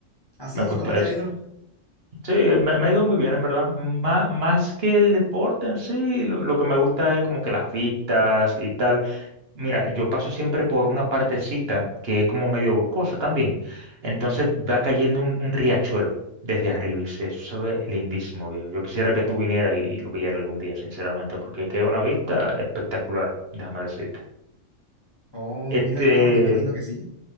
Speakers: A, on the left; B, on the right.
A: ¿Así?
B: Me he puesto
A: ¿Y cómo
B: a
A: te
B: eso.
A: ha ido?
B: Sí, me, me ha ido muy bien, en verdad. Má- más que el deporte en sí, lo, lo que me gusta es como que las vistas y tal. Mira, yo paso siempre por una partecita que es como medio boscosa también. Entonces va cayendo un, un riachuelo desde arriba y se, eso se ve lindísimo, viejo. Yo quisiera que tú vinieras y, y lo vieras algún día, sinceramente, porque queda una vista espectacular, déjame decirte.
A: Oh,
B: Este,
A: mira, no, me me imagino que sí.